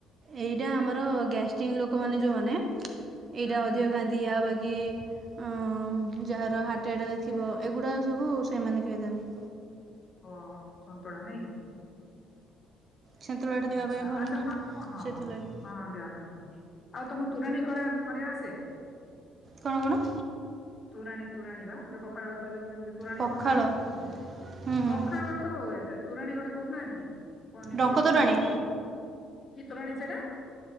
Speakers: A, on the right; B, on the left.
A: ଏଇଟା ଆମର ଗ୍ୟାଷ୍ଟିକ୍ ଲୋକମାନେ ଯୋଉମାନେ ଏଇଟା
B: ହୁଁ ହୁଁ
A: ଅଧିକ
B: ହୁଁ
A: ଖାଆନ୍ତି। ଦିଆ ବାକି। ଅହ ଯାହାର ହାର୍ଟ ଆଟାକ୍ ଥିବ ଏଗୁଡା ସବୁ ସେମାନେ ଖାଇଥାନ୍ତି।
B: ଓହୋ ସନ୍ତୁଳା ନାଇଁକି।
A: ସନ୍ତୁଳାଟା ଦେହ
B: ଆଚ୍ଛା
A: ପାଇଁ ଭଲ
B: ଆଚ୍ଛା
A: ନା
B: ହଁ
A: ସେଥିଲାଗି
B: ହଁ ଦେହ ଭାଇ ଭଲ ଆଉ ତମକୁ ତୋରାଣୀ କରିବା ଆସେ।
A: କଣ କଣ।
B: ତୋରାଣୀ ତୋରାଣୀ ବା ଯୋଉ ପଖାଳ ଭାତ ଯୋଉ ପିଅନ୍ତି। ତୋରାଣୀ
A: ପଖାଳ
B: କରୁନାହାନ୍ତି
A: ହୁଁ ହୁଁ
B: ପଖାଳ ଭାତ ହୁଏ ତୋରାଣୀ ଗୋଟେ କରୁନାହାନ୍ତି କି। ପନିପରିବା
A: ଡଙ୍କ ତୋରାଣୀ
B: ପଡିକି ଯୋଉ କିି ତୋରାଣି ସେଟା।